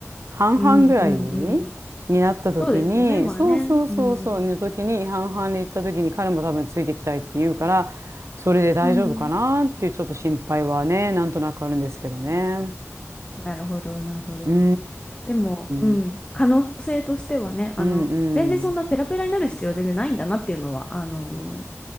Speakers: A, on the right (about 65°); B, on the left (about 20°).
A: 半々ぐらいになった時に、
B: うんうんうん。そうですよね。まあね。
A: そうそうそうそう、
B: うん。
A: の時に、半々に行った時に、彼も多分ついてきたいって言うから、それで大丈夫かなっていうちょっと心配はね、
B: うん。
A: なんとなくあるんですけどね。
B: なるほど、なるほど。
A: うーん、
B: でも、うん。
A: うん
B: 可能性としてはね、あの、
A: うん。
B: 全然そんなペラペラになる必要は全然ないんだなっていうのは、あのー